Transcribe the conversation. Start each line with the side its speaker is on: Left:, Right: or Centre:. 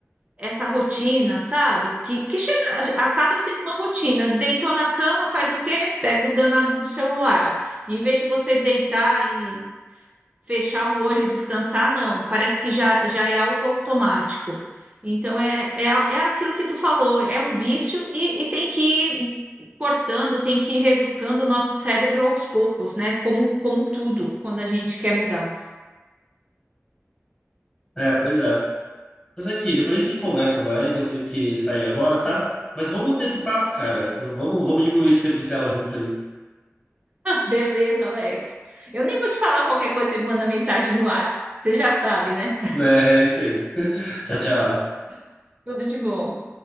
Right: essa rotina, sabe? Que, que chega, a- acaba sendo uma rotina. Deitou na cama, faz o quê? Pega o danado do celular. Em vez de você deitar e fechar o olho e descansar, não. Parece que já, já é algo automático. Então, é, é, a- é aquilo que tu falou, é um vício e, e tem que ir cortando, tem que ir reeducando o nosso cérebro aos poucos, né? Como, como tudo, quando a gente quer mudar.
Left: É, pois é. Mas aqui, depois a gente conversa mais. Eu tenho que sair agora, tá? Mas vamos manter esse papo, cara. Então, vamos, vamos diminuir esse tempo de tela junto aí.
Right: Beleza, Alex. Eu nem vou te falar qualquer coisa, você me manda mensagem no WhatsApp, você já sabe, né?
Left: né é isso aí. <laughs> Tchau, tchau.
Right: <laughs> Tudo de bom.